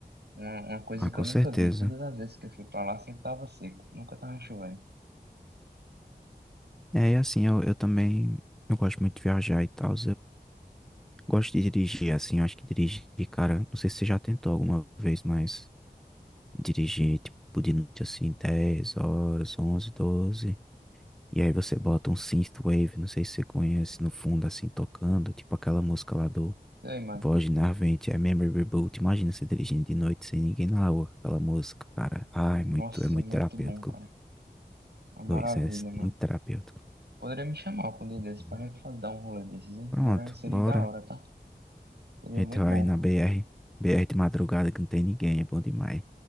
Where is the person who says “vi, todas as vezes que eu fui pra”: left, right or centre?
Right